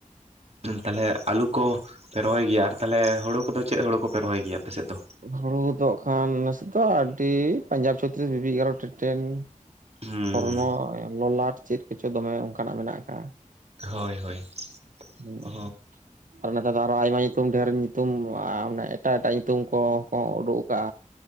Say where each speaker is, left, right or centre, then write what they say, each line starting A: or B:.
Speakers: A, on the right; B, on the right.
A: ᱦᱮᱸ ᱛᱟᱦᱞᱮ ᱟᱹᱞᱩ ᱠᱚ ᱯᱮ ᱨᱚᱦᱚᱭ ᱜᱮᱭᱟ ᱟᱨ ᱛᱟᱦᱞᱮ ᱦᱩᱲᱩ ᱠᱚᱫᱚ ᱪᱮᱫ ᱦᱩᱲᱩ ᱠᱚ ᱯᱮ ᱨᱚᱦᱚᱭ ᱜᱮᱭᱟ ᱟᱯᱮᱥᱮᱫ ᱫᱚ?
B: ᱦᱩᱲᱩ ᱫᱚ ᱠᱷᱟᱱ ᱱᱟᱥᱮ ᱫᱚ ᱟᱹᱰᱤ ᱯᱟᱧᱡᱟᱵᱽ ᱪᱷᱚᱛᱨᱤᱥ ᱵᱤᱵᱤ ᱮᱜᱟᱨᱚ ᱴᱮᱴᱮᱱ
A: ᱦᱩᱸ
B: ᱥᱚᱨᱱᱚ ᱞᱚᱞᱟᱴ ᱪᱮᱫ ᱠᱚᱪᱚ ᱫᱚᱢᱮ ᱚᱱᱠᱟᱱᱟᱜ ᱢᱮᱱᱟᱜ ᱟᱠᱟᱜᱼᱟ᱾
A: ᱦᱳᱭ ᱦᱳᱭ
B: ᱦᱮᱸ
A: ᱚ
B: ᱟᱨ ᱱᱮᱛᱟᱨ ᱫᱚ ᱟᱨᱚ ᱟᱭᱢᱟ ᱧᱩᱛᱩᱢ ᱰᱷᱮᱨ ᱧᱩᱛᱩᱢ ᱢᱟᱱᱮ ᱮᱴᱟᱜ ᱮᱴᱟᱜ ᱧᱩᱛᱩᱢ ᱠᱚᱠᱚ ᱩᱰᱩᱠ ᱟᱠᱟᱜᱼᱟ᱾